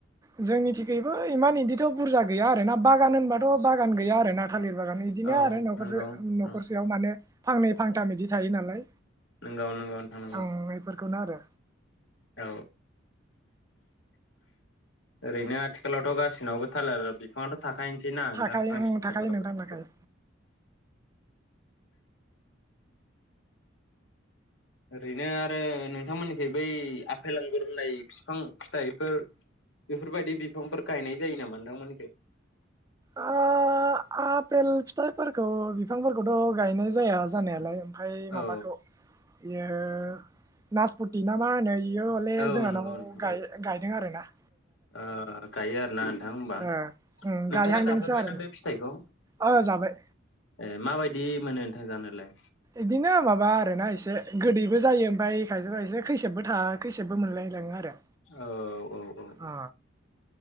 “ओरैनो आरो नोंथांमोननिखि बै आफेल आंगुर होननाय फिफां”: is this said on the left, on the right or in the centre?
Left